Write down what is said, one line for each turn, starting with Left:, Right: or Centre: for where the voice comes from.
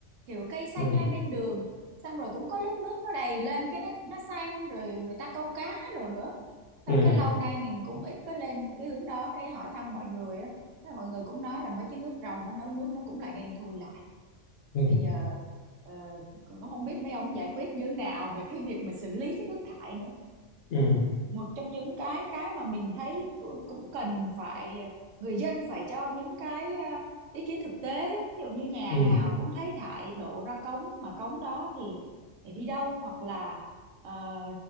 Right: kiểu cây xanh
Left: ừ
Right: hai bên đường xong rồi cũng có lúc nước nó đầy lên cái nó nó xanh rồi người ta câu cá rồi nữa xong
Left: ừ
Right: cái lâu nay mình cũng ít có lên cái hướng đó cái hỏi thăm mọi người á Thế là mọi người cũng nói là mấy cái nước rồng á nấu nước nó cũng lại đen thui lại
Left: ừ
Right: rồi bây giờ ờ, cũng không biết mấy ông giải quyết như thế nào về cái việc mà xử lý cái nước thải nữa
Left: ừ
Right: một trong những cái cái mà mình thấy cu- cũng cần phải người dân phải cho những cái à, ý kiến thực tế á. ví dụ như nhà
Left: ừ
Right: nào cũng thấy thải đổ ra cống mà cống đó thì để đi đâu hoặc là ờ,